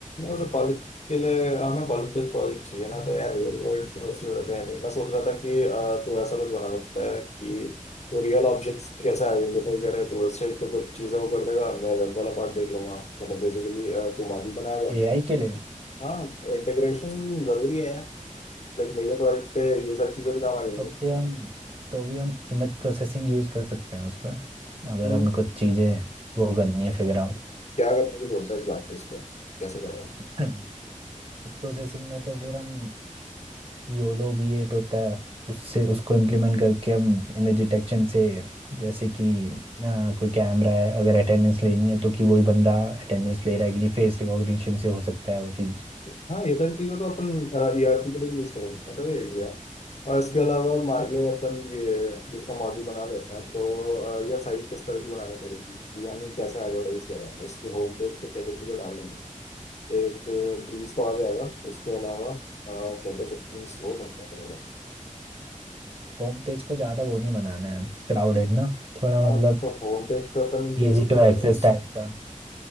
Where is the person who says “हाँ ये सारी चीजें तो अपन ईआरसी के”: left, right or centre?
Left